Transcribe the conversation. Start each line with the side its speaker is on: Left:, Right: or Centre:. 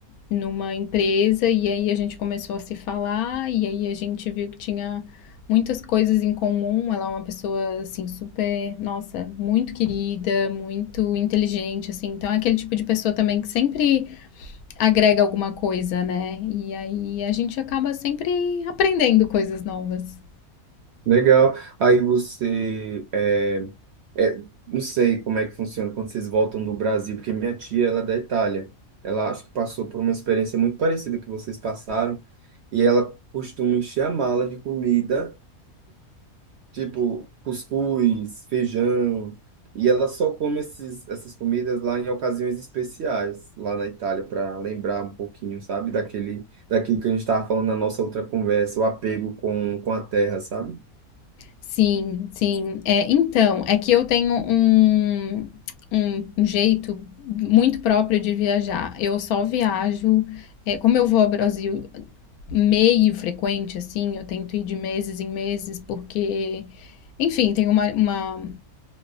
Left: numa empresa e aí a gente começou a se falar e aí a gente viu que tinha muitas coisas em comum. Ela é uma pessoa assim super, nossa, muito querida, muito inteligente assim. Então é aquele tipo de pessoa também que sempre agrega alguma coisa, né? E aí a gente acaba sempre aprendendo coisas novas.
Right: Legal. Aí você, é, é, não sei como é que funciona quando vocês voltam do Brasil, porque minha tia, ela é da Itália. Ela acho que passou por uma experiência muito parecida que vocês passaram, e ela costuma encher a mala de comida, tipo cuscuz, feijão, e ela só come esses, essas comidas lá em ocasiões especiais, lá na Itália, para lembrar um pouquinho, sabe, daquele, daquilo que a gente estava falando na nossa outra conversa, o apego com, com a terra, sabe?
Left: Sim, sim. É, então, é que eu tenho um, um, um jeito muito próprio de viajar. Eu só viajo, é, como eu vou ao Brasil meio frequente, assim, eu tento ir de meses em meses, porque, enfim, tem uma, uma,